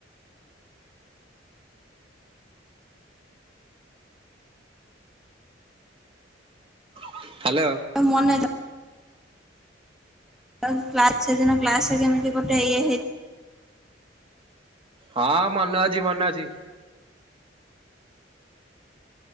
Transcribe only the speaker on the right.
ହ୍ୟାଲୋ
ହଁ ମନେ ଅଛି ମନେ ଅଛି।